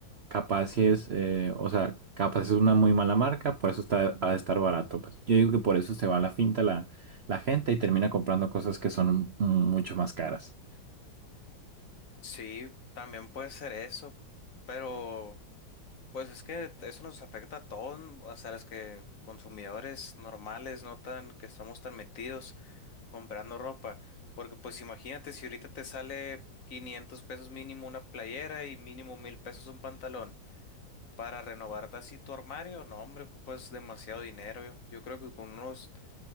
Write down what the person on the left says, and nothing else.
Sí, también puede ser eso, pero. Pues es que eso nos afecta a todos, o sea, los que consumidores normales, no tan que estamos tan metidos comprando ropa, porque pues imagínate si ahorita te sale 500 pesos mínimo una playera y mínimo mil pesos un pantalón para renovar así tu armario, no hombre, ocupas demasiado dinero. Yo, yo creo que con unos,